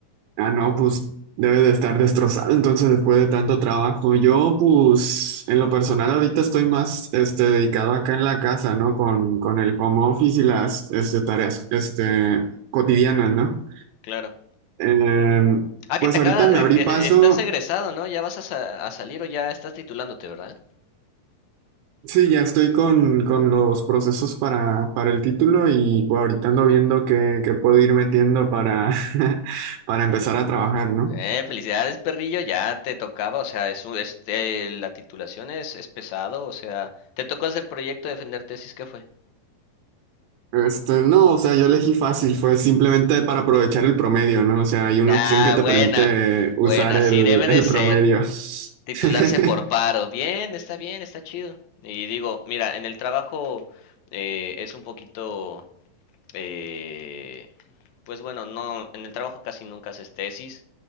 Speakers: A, on the right; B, on the left.
A: ah, no, pues debe de estar destrozado entonces después de tanto trabajo. Yo, pues, en lo personal ahorita estoy más, este, dedicado acá en la casa, ¿no? Con, con el home office y las, este, tareas, este, cotidianas, ¿no?
B: claro.
A: Eh,
B: Ah, que
A: pues
B: te
A: ahorita
B: acaba,
A: me
B: eh,
A: abrí
B: que
A: paso.
B: estás egresado, ¿no? Ya vas a, sa- a salir o ya estás titulándote, ¿verdad?
A: Sí, ya estoy con, con los procesos para, para el título y pues ahorita ando
B: Uh.
A: viendo qué, qué puedo ir metiendo para, <laughs> para empezar a trabajar, ¿no?
B: Eh, felicidades, perrillo, ya te tocaba, o sea, es un- este, la titulación es, es pesado, o sea, te tocó hacer proyecto, defender tesis, ¿qué fue?
A: Este, no, o sea, yo elegí fácil, fue simplemente para aprovechar el promedio, ¿no? O sea, hay una
B: Ah,
A: opción que te
B: buena,
A: permite usar
B: buena,
A: el,
B: sí debe de
A: el
B: ser.
A: promedio. <laughs>
B: Titularse por paro. Bien, está bien, está chido. Y digo, mira, en el trabajo eh, es un poquito, eh, pues bueno, no, en el trabajo casi nunca haces tesis.